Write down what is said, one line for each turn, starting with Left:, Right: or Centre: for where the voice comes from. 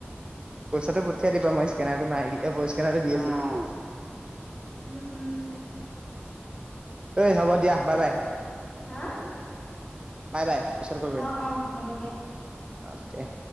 Right: পইচাটো পঠিয়া দিবা মই স্কেনাৰটো মাৰি স্কেনাৰটো দি আছোঁ।
Left: উম-উম!
Right: এই হ'ব দিয়া বাই-বাই।
Left: হা
Right: বাই-বাই পিছৰ কল কৰিম
Left: অ অ হ'ব দিয়া
Right: অ'কে।